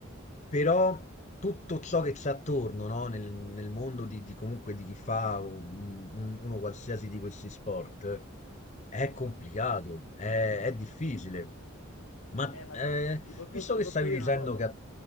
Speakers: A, on the left; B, on the left.
A: però tutto ciò che c'è attorno, no? Nel, nel mondo di, di comunque di chi fa un- un- uno qualsiasi di questi sport è complicato, è, è difficile. Ma
B: Eh, ma
A: eh,
B: da- ti posso,
A: visto
B: ti
A: che
B: posso
A: stavi
B: dire
A: dicendo
B: una cosa.
A: che... a-